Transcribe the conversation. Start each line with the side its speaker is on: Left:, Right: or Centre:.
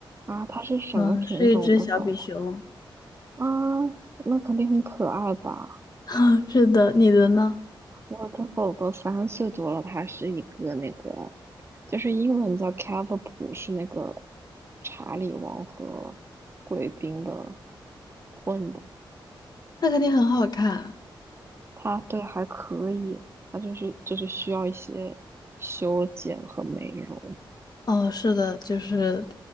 Right: 啊，它是什么品种的狗呀？
Left: 嗯，是一只小比熊。
Right: 啊，那肯定很可爱吧？
Left: <laughs> 是的，你的呢？
Right: 我的狗狗三岁多了，它是一个那个，就是英文叫 Cavapoo，是那个查理王和贵宾的混的。
Left: 那肯定很好看。
Right: 它对还可以，它就是就是需要一些修剪和美容，
Left: 哦，是的，就是，